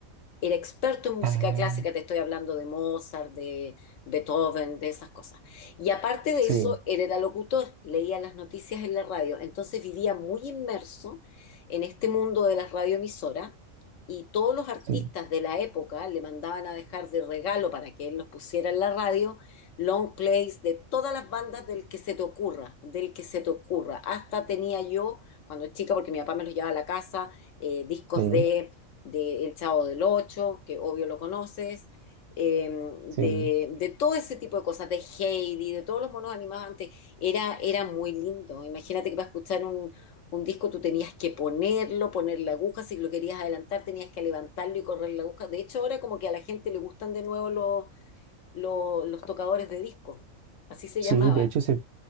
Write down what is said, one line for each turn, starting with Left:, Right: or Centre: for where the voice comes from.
Left: era experto en música
Right: Ah,
Left: clásica, te estoy hablando de Mozart, de Beethoven, de esas cosas. Y aparte de
Right: sí,
Left: eso, él era locutor, leía las noticias en la radio, entonces vivía muy inmerso en este mundo de las radioemisoras y todos los artistas
Right: sí,
Left: de la época le mandaban a dejar de regalo para que él los pusiera en la radio, long plays de todas las bandas del que se te ocurra, del que se te ocurra. Hasta tenía yo, cuando chica, porque mi papá me los llevaba a la casa, eh, discos
Right: sí,
Left: de de El Chavo del Ocho, que obvio lo conoces, eh, de,
Right: sí.
Left: de todo ese tipo de cosas, de Heidi, de todos los monos animados antes, era, era muy lindo. Imagínate que para escuchar un, un disco tú tenías que ponerlo, poner la aguja, si lo querías adelantar tenías que levantarlo y correr la aguja. De hecho, ahora como que a la gente le gustan de nuevo los, los, los tocadores de disco, así se
Right: sí,
Left: llamaban,
Right: de hecho se,